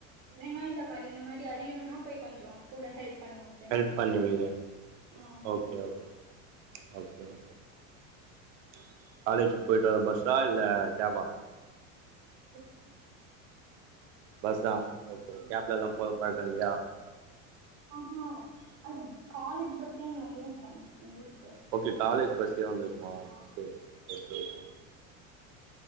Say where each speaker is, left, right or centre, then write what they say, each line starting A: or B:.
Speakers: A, on the right; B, on the right.
A: வெங்காயம் தாக்காளி இந்த மாறி அறியணும்னா போய் கொஞ்சம் கூட ஹெல்ப் பண்ணுவாங்க ஃப்ரெண்ட்
B: ஹெல்ப் பண்ணுவீங்க
A: ஆமா
B: okay
A: friend
B: okay okay okay okay okay okay காலேஜுக்கு போயிட்டு வர பஸ்ஸா இல்ல கேஃப்பா
A: <unintelligible>
B: பஸ் தான் ஓகே
A: ஆமா
B: கேப்ல எல்லாம் போற பழக்கம் இல்லியா
A: ஆஹா அங்க காலேஜ் பஸ்ல இங்க வந்துரும் டைம்க்கு எங்க ஊருக்கு
B: ஓகே காலேஜ் பஸ்யே வந்துடுமா
A: ஆ
B: சரி சரி ஓகே ஓகே